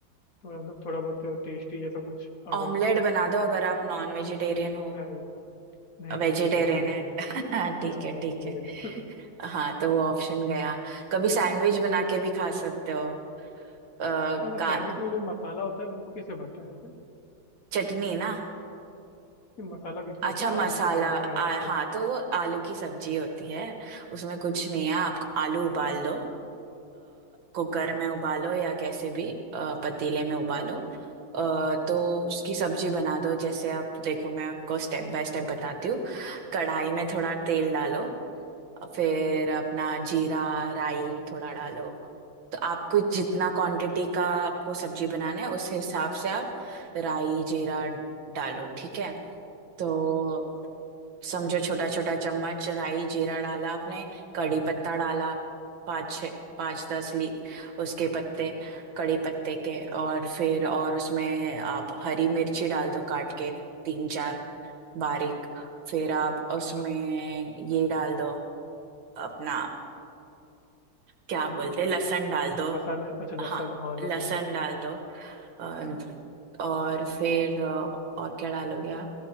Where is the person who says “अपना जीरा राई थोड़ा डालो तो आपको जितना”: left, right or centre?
Right